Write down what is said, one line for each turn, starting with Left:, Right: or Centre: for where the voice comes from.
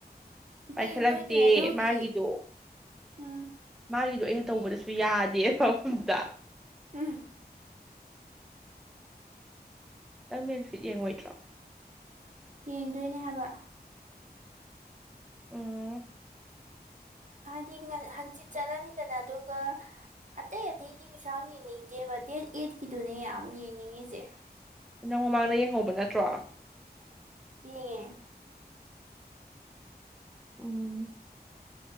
Centre: ꯄꯥꯏꯈꯠꯂꯛꯇꯦ
Right: ꯌꯦꯡꯗꯣꯏꯅꯦ ꯑꯗꯨꯒꯤ
Centre: ꯃꯥꯒꯤꯗꯣ
Right: ꯎꯝ꯫
Centre: ꯃꯥꯒꯤꯗꯣ ꯑꯩꯅ ꯇꯧꯕꯗꯁꯨ ꯌꯥꯗꯦꯕ ꯑꯝꯇ꯫
Right: ꯎꯝ꯫
Centre: ꯅꯪ ꯃꯦꯟꯐꯤꯠ ꯌꯦꯡꯉꯣꯏꯗ꯭ꯔꯣ꯫
Right: ꯌꯦꯡꯗꯣꯏꯅꯦ ꯍꯥꯏꯕ꯫
Centre: ꯑꯣ꯫
Right: ꯍꯥꯏꯗꯤ ꯉ-ꯍꯪꯆꯤꯠ ꯆꯠꯂꯅꯤꯗꯅ ꯑꯗꯨꯒ ꯑꯇꯩ ꯑꯇꯩꯗꯤ ꯀꯩꯁꯨꯥ ꯌꯥꯝ ꯌꯦꯡꯅꯤꯡꯗꯦꯕ ꯗꯦꯠ ꯑꯩꯠꯀꯤꯗꯨꯅꯦ ꯌꯥꯝ ꯌꯦꯡꯅꯤꯡꯉꯤꯁꯦ꯫
Centre: ꯅꯪ ꯃꯃꯥꯡꯗ ꯌꯦꯡꯍꯧꯕ ꯅꯠꯇ꯭ꯔꯣ꯫
Right: ꯌꯦꯡꯉꯦ꯫
Centre: ꯎꯝ꯫